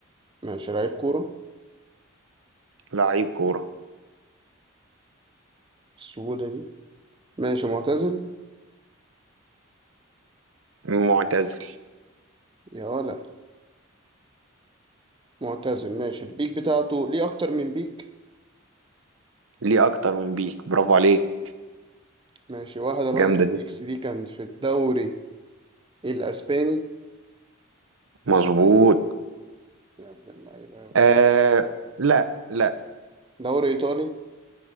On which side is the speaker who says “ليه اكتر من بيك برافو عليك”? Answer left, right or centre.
Right